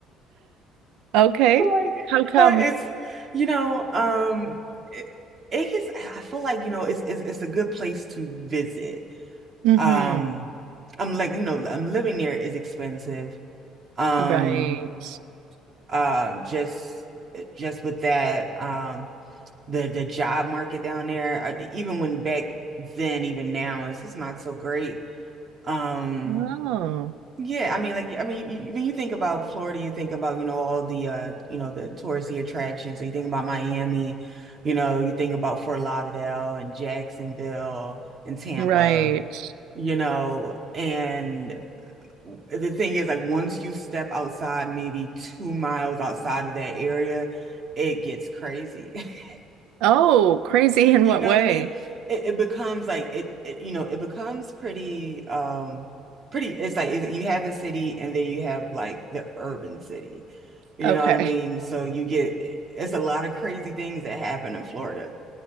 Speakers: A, on the right; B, on the right.
A: Okay.
B: <laughs> feel like
A: How come?
B: uh, it's you know um it, it is I feel like you know it's, it's it's a good place to visit
A: Mm-hmm.
B: um I'm like you know I'm living there is expensive um
A: Right.
B: uh, just just with that um the the job market down there I, even when back then even now it's just not so great Um,
A: Oh,
B: yeah, I mean, like, I mean, you, when you think about Florida, you think about, you know, all the, uh, you know, the touristy attractions. So you think about Miami, you know, you think about Fort Lauderdale and Jacksonville and Tampa,
A: right.
B: you know, and the thing is, like, once you step outside, maybe two miles outside of that area, it gets crazy. <laughs>
A: Oh, crazy in
B: You
A: what
B: know
A: way?
B: what I mean? It, it becomes like it, it, you know, it becomes pretty, um, pretty. It's like it, you have the city and then you have like the urban city. You
A: Okay.
B: know what I mean? So you get it's a lot of crazy things that happen in Florida.